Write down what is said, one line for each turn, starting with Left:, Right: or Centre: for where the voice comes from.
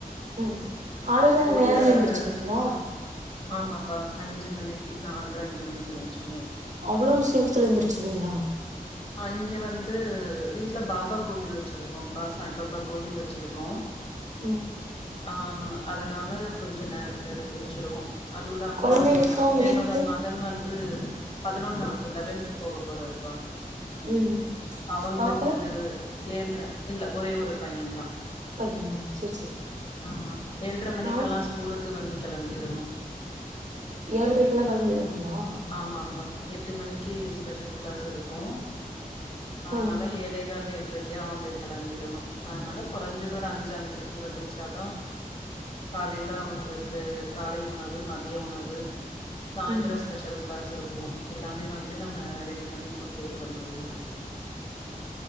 Right: ம் காலைல
Left: கோதும
Right: நேரமே
Left: ரவ
Right: எந்திருச்சுமீங்களா
Left: ஆமாப்பா அஞ்சு மணிக்கு நாலரை அஞ்சு மணிக்கு எழிஞ்சிருவோ
Right: அவ்வளவு சீக்கிரத்துல எந்துருச்சிருவீங்களா
Left: ஆ இங்க வந்து வீட்டுல பாபா கோயில் வச்சிருக்கோ பா சாய் பாபா கோயில் வச்சிருக்கோ
Right: ம்
Left: ஆ அதனால கொஞ்ச நேரத்துல எழுந்துருச்சிருவோ அதுவு இல்லாம
Right: கொழந்தைங்கக்கா உங்க
Left: என்னோட
Right: வீட்டுக்கு
Left: மகன் வந்து பதினொன்னாவது லெவன்த் போக போறருப்பா
Right: ம் ம்
Left: அவங்களுக்கு
Right: பாப்பா
Left: ஏழ்ர இல்ல ஒரே ஒரு பையந்தா
Right: பையன் தானா செரி செரிக்கா
Left: ஆ ஏள்ர மணிக்கெல்லா
Right: நானு
Left: ஸ்கூலுக்கு வந்து கெளம்பிரணு
Right: ஏள்ரைக்குலா கெளம்பிருவாங்ளா
Left: ஆமாப்பா எட்டு மணிக்கு ஸ்பெஷல் கிளாஸ் இருக்கு அ
Right: ம்
Left: னாலா ஏழே கால் எள்றைக்கு கே அவுங்க கெளம்பிர்ணு அதனால கொறைஞ்சது ஒரு அஞ்சு அஞ்சரை எழந்திருச்சாதா காலையில அவங்களுக்கு காலை உணவு மதிய உணவு சாய்ந்தரோ
Right: ம்
Left: ஸ்பெஷல் கிளாஸ் இருக்கு எல்லாமே வந்து நம்ம ரெடி பண்ணி குடுத்து விட்ற மாரி தா இருக்கு